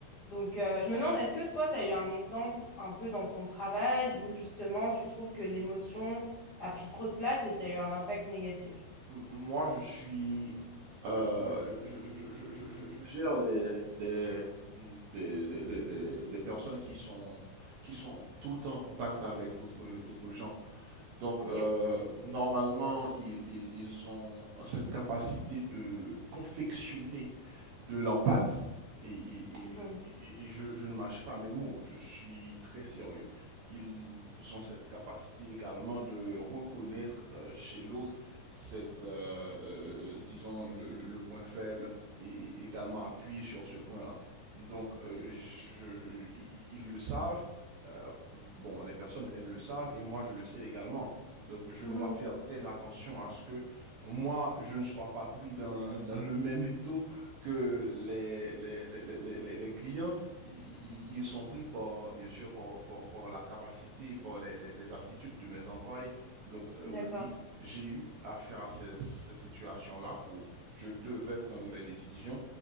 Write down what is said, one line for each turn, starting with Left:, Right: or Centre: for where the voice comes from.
Left: Donc, euh, je me demande, est-ce que toi, tu as eu un exemple un peu dans ton travail où justement tu trouves que l'émotion a pris trop de place et ça a eu un impact négatif?
Right: M- Moi, je suis, euh, je, je- je- je- je- je- je gère des, des, des, des- des- des- des personnes qui sont, qui sont tout le temps en contact avec d'autres, d'autres gens. Donc,
Left: Ok.
Right: euh, normalement, ils, ils- ils ont cette capacité de confectionner de l'empathie. Et, et- et-
Left: Mhm.
Right: et- et je, je ne mâche pas mes mots, je suis très sérieux. Ils ont cette capacité également de reconnaître euh, chez l'autre cette, euh, euh, disons, le, le- le point faible et, et également appuyer sur ce point-là. Donc, euh, je- je- ils ils- ils le savent. euh, bon, les personnes, elles le savent et moi, je le sais également. Donc, je
Left: Mhm.
Right: dois faire très attention à ce que moi, je ne sois pas pris dans, <laughs> dans le même étau que les, les, les, les, les- les clients. Ils ils sont pris par, bien sûr, par, par, par la capacité, par les, les, les aptitudes de mes employés. Donc, euh,
Left: D'accord.
Right: oui, j'ai eu affaire à ces, ces situations-là où je devais prendre des décisions